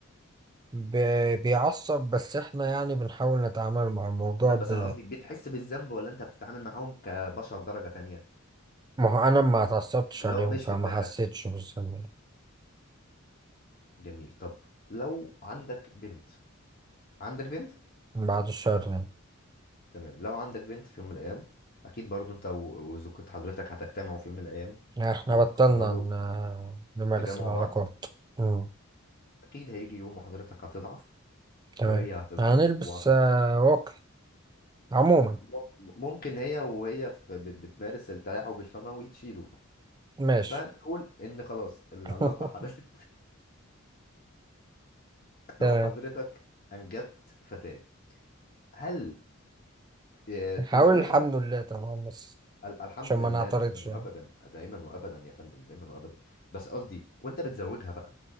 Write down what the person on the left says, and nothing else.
تمام
بس أنا قصدي بتحس بالذنب ولا أنت بتتعامل معاهم كبشر درجة تانية؟
اللي
هو مش
في دماغك
جميل طب لو عندك بنت عندك بنت؟
تمام لو عندك بنت في يوم من الأيام أكيد برضو أنت و- وزوجة حضرتك هتجتمعوا في يوم من الأيام
وتقرروا
تجمعوا
بعض
اكيد هيجي يوم وحضرتك هتضعف
وهي هتضعف
وهتطلب
مم- ممكن هي وهي في بت- بتمارس التلاعب الفموي تشيله
فنقول ان خلاص العلاقه
حدثت <laughs>
وحضرتك انجبت فتاه هل آه، تزوجها
ال- الحمد
لله
دائما وابدا
دائما وابدا يا فندم دائما وابدا بس قصدي وانت بتزوجها بقى